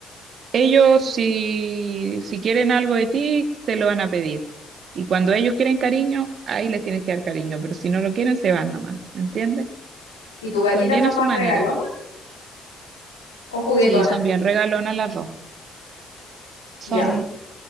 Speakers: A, on the right (about 55°); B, on the left (about 85°).
A: Ellos si, si quieren algo de ti, te lo van a pedir. Y cuando ellos quieren cariño, ahí les tienes que dar cariño. Pero si no lo quieren, se van nomás. ¿Me entiendes?
B: ¿Y tus gatitas
A: Son bien
B: son
A: a
B: más
A: su manera.
B: regalonas o juguetonas?
A: Sí, son bien regalonas las dos. Son
B: Ya.